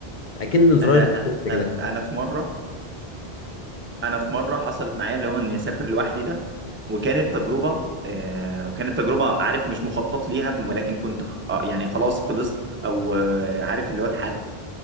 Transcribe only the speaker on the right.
انا
انا
انا في مره انا في مره حصلت معايا اللي هو اني اسافر لوحدي ده وكانت تجربه آه وكانت تجربه عارف مش مخطط ليها ولكن كنت آه يعني خلاص خلصت او آه عارف اللي هو اتحرقت